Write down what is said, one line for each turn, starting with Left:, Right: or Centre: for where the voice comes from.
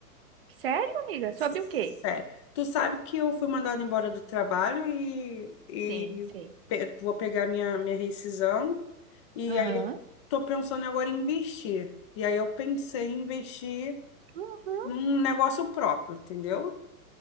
Right: Sério, amiga? Sobre
Left: Sério.
Right: o quê?
Left: Tu sabe que eu fui mandada embora do trabalho e, e
Right: Sim, sei.
Left: pe- vou pegar minha, minha rescisão e
Right: Aham.
Left: aí eu tô pensando agora em investir. E aí eu pensei em investir
Right: Uhum.
Left: num negócio próprio, entendeu?